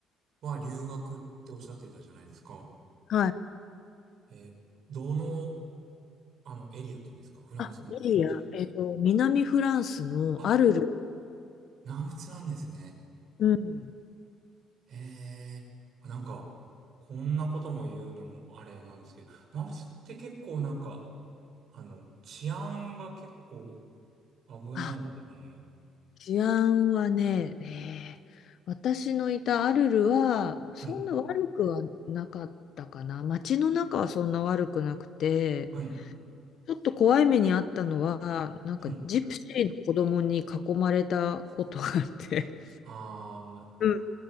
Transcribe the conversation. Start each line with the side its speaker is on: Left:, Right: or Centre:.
Right: は留学っておっしゃってたじゃないですか。
Left: はい。
Right: えーどの、あの、エリアっていうんですかフランスの、
Left: あ、いいや。
Right: どちら
Left: えっと、南フランスのアルル。
Right: あ、南仏なんですね。
Left: うん。
Right: へえ。あなんか、こんなことも言うのもあれなんですけど、南仏って結構なんか、あの、治安が結構危ないみたいなの
Left: あ、治安はね、えー私のいたアルルは、そんな悪くはなかったかな。
Right: はい、
Left: 街の中はそんな悪くなくて、
Right: はい、
Left: ちょっと怖い目にあったのは、なんかジプシーの子供に囲まれたことがあって、
Right: はい。あ
Left: うん